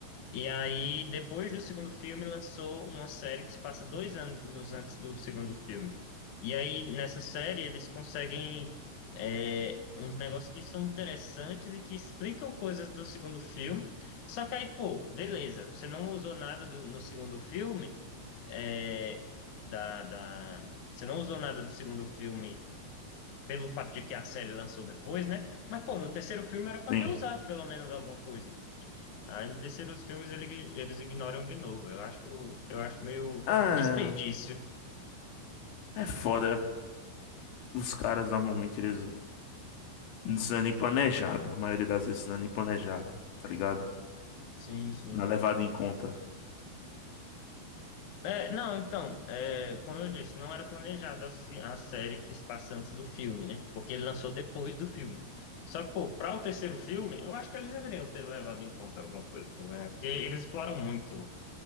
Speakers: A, on the left; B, on the left.
A: e aí, depois do segundo filme, lançou uma série que se passa dois anos antes do segundo filme. E aí, nessa série, eles conseguem é, uns negócios que são interessantes e que explicam coisas do segundo filme. Só que aí, pô, beleza, você não usou nada do- no segundo filme, é, da, da... você não usou nada do segundo filme pelo fato de que a série lançou depois, né? Mas, pô, no terceiro filme era pra
B: Sim.
A: ter usado pelo menos alguma coisa. Aí no terceiro os filmes ele- eles ignoram de novo. Eu acho, eu acho meio
B: Ah,
A: desperdício.
B: é foda. Os caras normalmente eles não é nem planejado. A maioria das vezes não é nem planejado, tá ligado?
A: Sim, sim.
B: Não é levado em conta.
A: É, não, então, é, como eu disse, não era planejada a, se- a série que se passa antes do filme, né? Porque ele lançou depois do filme. Só que, pô, para o terceiro filme, eu acho que eles deveriam ter levado em conta alguma coisa, pô, né? Porque eles exploram muito